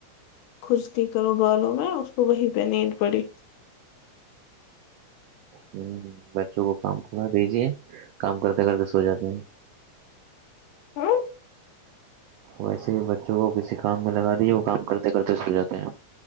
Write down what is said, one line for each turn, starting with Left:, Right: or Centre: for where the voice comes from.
Left: خشکی کرو بالو میں اس کو وہی پ نیند پوری
Right: ہ بچوں کو کام کڑا دیجیے کام کرتے کرتے سو جاتے ہیں
Left: ہوں
Right: ویسے بچوں کو کسی کام میں لگا دیے وہ کام کرتے کرتے سو جاتے ہیں